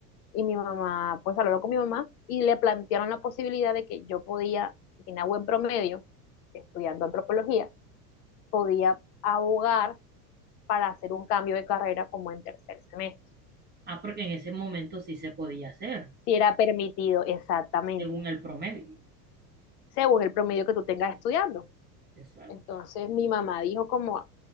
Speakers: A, on the left; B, on the right.
A: Y mi mamá, pues habló con mi mamá y le plantearon la posibilidad de que yo podía, si tenía buen promedio, estudiando antropología, podía abogar para hacer un cambio de carrera como en tercer semestre,
B: Ah, porque en ese momento sí se podía hacer,
A: si era permitido exactamente,
B: según el promedio.
A: según el promedio que tú tengas estudiando.
B: Exacto.
A: Entonces mi mamá dijo como,